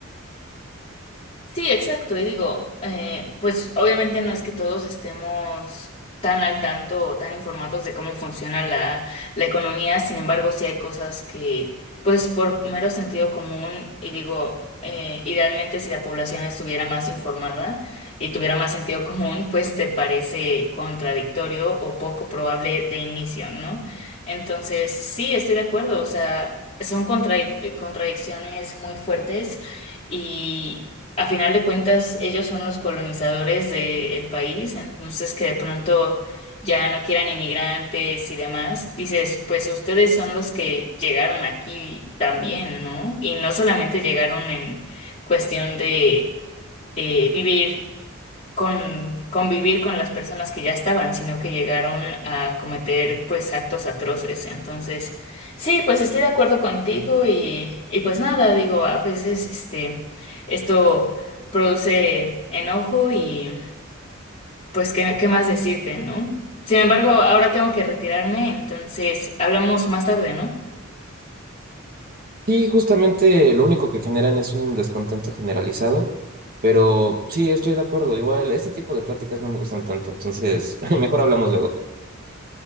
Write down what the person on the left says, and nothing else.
Sí, exacto. Y digo, eh, pues obviamente no es que todos estemos tan al tanto o tan informados de cómo funciona la, la economía, sin embargo, sí hay cosas que, pues por mero sentido común, y digo, eh, idealmente si la población estuviera más informada y tuviera más sentido común, pues te parece contradictorio o poco probable de inicio, ¿no? Entonces, sí, estoy de acuerdo, o sea, son contradic- contradicciones muy fuertes. Y, a final de cuentas, ellos son los colonizadores del país, entonces que de pronto ya no quieran inmigrantes y demás, dices, pues ustedes son los que llegaron aquí también, ¿no? Y no solamente llegaron en cuestión de eh, vivir con convivir con las personas que ya estaban, sino que llegaron a cometer pues actos atroces. Entonces, sí, pues estoy de acuerdo contigo y, y pues nada, digo, a veces este, esto produce enojo y pues qué, qué más decirte, ¿no? Sin embargo, ahora tengo que retirarme, entonces hablamos más tarde, ¿no?